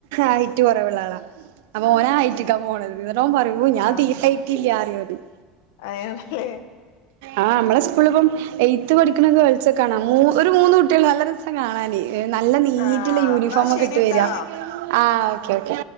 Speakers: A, on the right; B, on the left.
A: ആയിട്ട് കൊറവുളള ആളാ അപ്പ ഓനെ ആയിട്ടിക്കാ
B: അതെ
A: പോണത് എന്നിട്ടോൻ പറയ ഞാൻ
B: ആഹ്
A: തീർക്കായിട്ടില്ല എന്നു പറയും
B: അയാണല്ലേ
A: ആ നമ്മള സ്കുളിപ്പം എയ്ത്ത് പഠിക്കണ ഗേൾസ്ക്ക കാണാ ഒരു മൂന്ന് കുട്ടികൾ നല്ല രസം കാണാന് നല്ല നീറ്റുള്ള
B: ആഹ്
A: യൂണിഫോമിക്കിട്ട്
B: എന്നാ ശരിട്ടാ
A: വരാ ആ ഓക്കേ ഓക്കേ